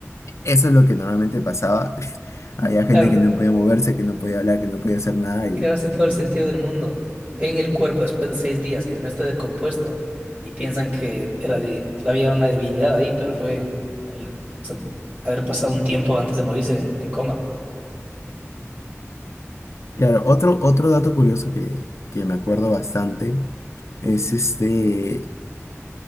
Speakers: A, on the left; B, on the right.
A: eso es lo que normalmente pasaba. <laughs> Había
B: Claro,
A: gente que no podía moverse, que no podía hablar, que no podía hacer nada y...
B: que hace todo el sentido del mundo. Ven el cuerpo después de seis días que no está decompuesto y piensan que era de, había una debilidad ahí, pero fue el, o sea, haber pasado un tiempo antes de morirse en, en coma.
A: Claro, otro, otro dato curioso que, que me acuerdo bastante Es este,